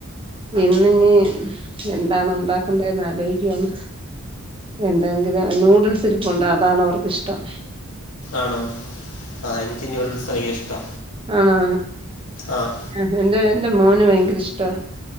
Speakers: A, on the right; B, on the left.
A: ഇന്ന് ഇനി എന്താണ് ഉണ്ടാക്കേണ്ടെന്ന് ആലോചിക്കുവയാണ് എന്തെങ്കിലും നൂഡിൽസ് ഇരിപ്പുണ്ട് അതാണ് അവർക്ക്ഷ്ടം
B: ആണോ ആ എനിക്ക് ന്യൂഡിൽസ് ഭയങ്കര ഇഷ്ടാ
A: ആണാ
B: ആഹ്
A: ആഹ് എന്റെ എന്റെ മോന് ഭയങ്കര ഇഷ്ടാ